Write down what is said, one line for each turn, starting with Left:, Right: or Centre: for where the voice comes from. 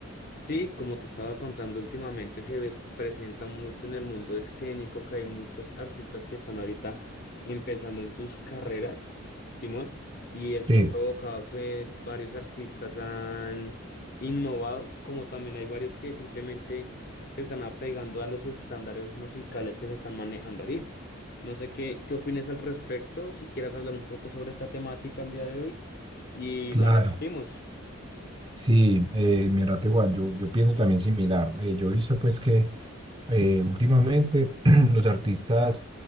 Left: Sí, como te estaba contando últimamente, se ve- presenta mucho en el mundo escénico que hay muchos artistas que están ahorita empezando en sus carreras, Simón, y esto
Right: Sí,
Left: ha provocado que varios artistas han innovado, como también hay varios que simplemente se están apegando a los estándares musicales que se están manejando ahorita. No sé qué, qué opinas al respecto, si quieras hablar un poco sobre esta temática el día de hoy y
Right: claro.
Left: la debatimos.
Right: Sí, eh, mira, Tehuan, yo, yo pienso también similar. Eh, yo he visto pues que eh, últimamente <clears throat> los artistas